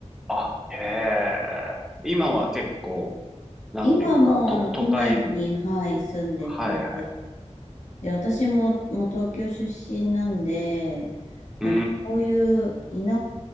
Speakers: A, in the centre; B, on the left (about 85°).
A: あ、へえ。今は結構、なんというか、
B: 今もうあの都内に、
A: と、都会、
B: はい、住んでて、
A: はいはい。
B: で、私も、もう東京出身なんで、なんかこういう田
A: うん。